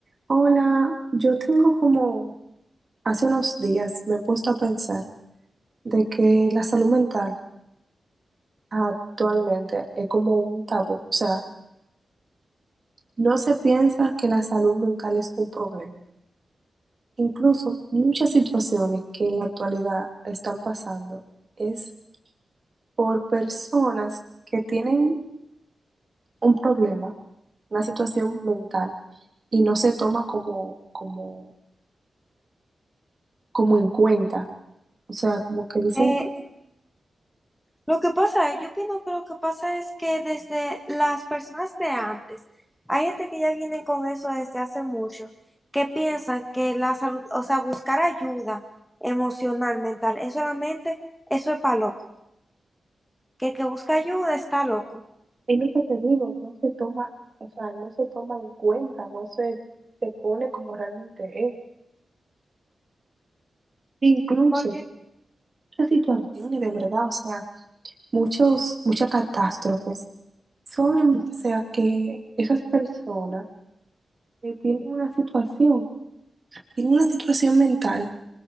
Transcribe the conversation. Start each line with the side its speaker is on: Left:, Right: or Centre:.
Right: Hola, yo tengo como hace unos días me he puesto a pensar de que la salud mental actualmente es como un tabú, o sea, no se piensa que la salud mental es un problema. Incluso muchas situaciones que en la actualidad están pasando es por personas que tienen un problema, una situación mental y no se toma como como como en cuenta. O sea, como que dicen
Centre: Eh, lo que pasa, yo opino que lo que pasa es que desde las personas de antes, hay gente que ya vienen con eso desde hace mucho, que piensan que la salud, o sea, buscar ayuda emocional, mental, es solamente, eso es para loco, que el que busca ayuda está loco,
Right: Es lo que te digo, no se toma, o sea, no se toma en cuenta, no se, se pone como realmente es. Incluso
Centre: porque,
Right: muchas situaciones de verdad, o sea, muchos, muchas catástrofes son en base a que esas personas que tienen una situación, tienen una situación mental